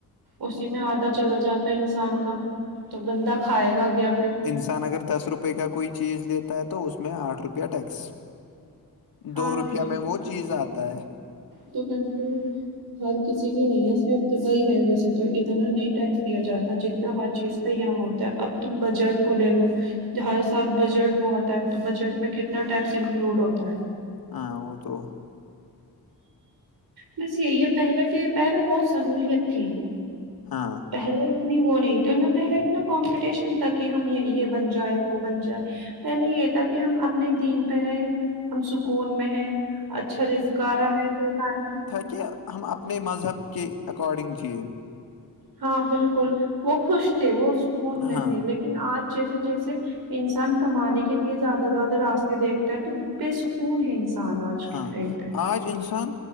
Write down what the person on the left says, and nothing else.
انسان اگر دس روپئے کا کوئی چیز لیتا ہے تو اس میں آٹھ روپیہ ٹیکس
دو
روپیہ
میں وہ چیز آتا ہے
ہاں وہ تو
ہاں
کیا ہم اپنے مذہب کے اکارڈنگ جیے
ہاں
ہاں
آج انسان